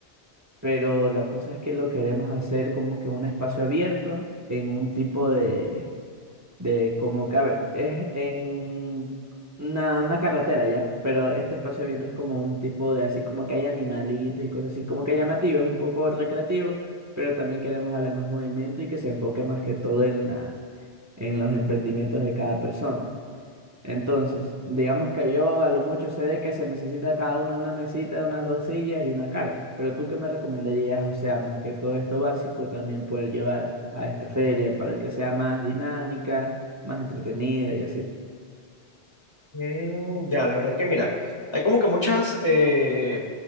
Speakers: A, on the right; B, on the left.
A: pero la cosa es que lo queremos hacer como que un espacio abierto en un tipo de, de como que, a ver, es en una, una carretera ya, pero este espacio abierto es como un tipo de así como que hay animalitos y cosas así, como que llamativo, es un poco recreativo, pero también queremos darle más movimiento y que se enfoque más que todo en la, en los emprendimientos de cada persona. Entonces, digamos que yo a lo mucho sé de que se necesita cada uno una mesita, unas dos sillas y una carpa, pero ¿tú qué me recomendarías? O sea, más que todo esto básico, también poder llevar a esta feria para que sea más dinámica, más entretenida y así.
B: Mm, ya, la verdad que mira, hay como que muchas, eh,